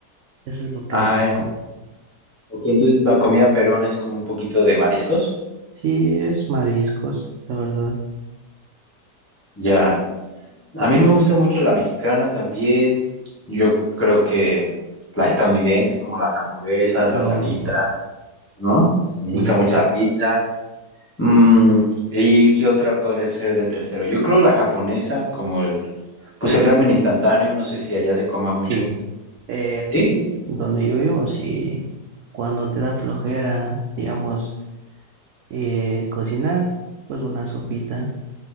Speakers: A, on the right; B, on the left.
A: Eso es lo que
B: Ah,
A: más
B: eh,
A: como.
B: ok, entonces la comida peruana es como un poquito de mariscos.
A: Sí, es mariscos, la verdad.
B: Ya. A mí me gusta mucho la mexicana también. Yo creo que la estadounidense, como las hamburguesas, las
A: Oh,
B: alitas, ¿no? Me
A: sí,
B: gusta mucho la pizza. Mm, ¿y qué otra podría ser de tercero? Yo creo la japonesa, como el, pues el ramen instantáneo, no sé si allá se coma mucho.
A: sí. Eh, aquí
B: ¿Sí?
A: donde yo vivo, sí, cuando te da flojera, digamos, eh, cocinar, pues una sopita